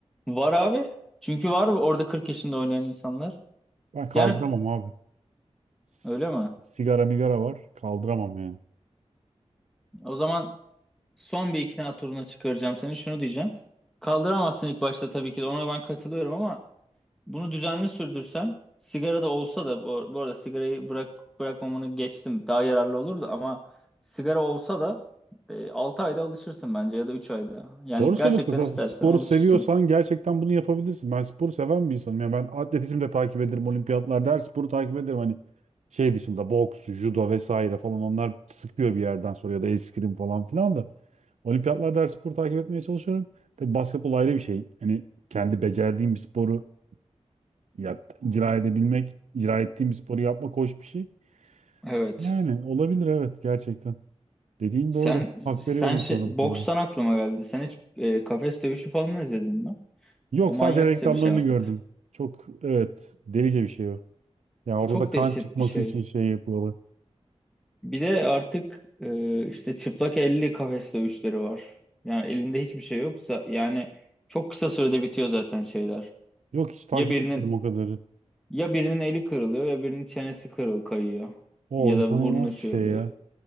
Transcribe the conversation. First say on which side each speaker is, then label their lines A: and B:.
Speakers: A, in the centre; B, on the right.
A: Var abi. Çünkü var orada 40 yaşında oynayan insanlar.
B: Ben kaldıramam
A: Yani
B: abi. S-
A: öyle mi?
B: Sigara migara var kaldıramam yani.
A: O zaman son bir ikna turuna çıkaracağım seni. Şunu diyeceğim. Kaldıramazsın ilk başta tabii ki de. Ona ben katılıyorum ama bunu düzenli sürdürsen sigara da olsa da bu, bu arada sigarayı bırak bırakmamanı geçtim. Daha yararlı olurdu ama sigara olsa da e, 6 ayda alışırsın bence ya da 3 ayda. Yani
B: Doğru
A: gerçekten
B: söylüyorsun. Esas
A: istersen
B: sporu
A: alışırsın.
B: seviyorsan gerçekten bunu yapabilirsin. Ben sporu seven bir insanım. Yani ben atletizm de takip ederim, olimpiyatlarda her sporu takip ederim. Hani şey dışında boks, judo vesaire falan onlar sıkıyor bir yerden sonra ya da eskrim falan filan da. Olimpiyatlarda her sporu takip etmeye çalışıyorum. Tabii basketbol ayrı bir şey. Hani kendi becerdiğim bir sporu ya, icra edebilmek, icra ettiğim bir sporu yapmak hoş bir şey.
A: Evet.
B: Yani olabilir evet gerçekten. Dediğin
A: Sen
B: doğru. Hak
A: sen
B: veriyorum
A: şey,
B: sana
A: bokstan
B: bu konuda.
A: aklıma geldi. Sen hiç e, kafes dövüşü falan izledin mi?
B: Yok
A: O manyakça
B: sadece reklamlarını
A: bir şey artık.
B: gördüm. Çok evet delice bir şey o. Yani
A: O
B: orada
A: çok
B: da kan
A: dehşet
B: çıkması
A: bir şey.
B: için şey yapıyorlar.
A: Bir de artık e, işte çıplak elli kafes dövüşleri var. Yani elinde hiçbir şey yoksa yani çok kısa sürede bitiyor zaten şeyler.
B: Yok hiç takip
A: Ya birinin
B: etmedim o kadarı.
A: ya birinin eli kırılıyor ya birinin çenesi kırıl kayıyor
B: O
A: ya
B: inanılmaz
A: da burnu şey
B: bir şey
A: oluyor.
B: ya.